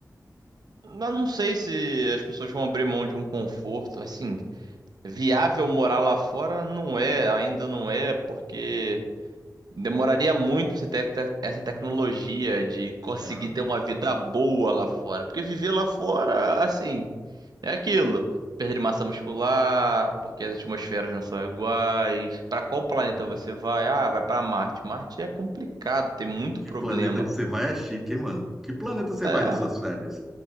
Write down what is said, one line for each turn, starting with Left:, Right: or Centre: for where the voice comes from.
Right: Eu não sei se as pessoas vão abrir mão de um conforto. Assim, viável morar lá fora não é, ainda não é, porque demoraria muito pra você ter te- essa tecnologia de conseguir
Centre: É,
Right: ter uma vida boa lá fora. Porque viver lá fora, assim, é aquilo. Perda de massa muscular, porque as atmosferas não são iguais. Pra qual planeta
Centre: isso.
Right: você vai? Ah, vai pra Marte. Marte é complicado, tem muito
Centre: Que
Right: problema.
Centre: planeta que você vai é chique, hein, mano? Que planeta você
Right: É,
Centre: vai nas suas férias?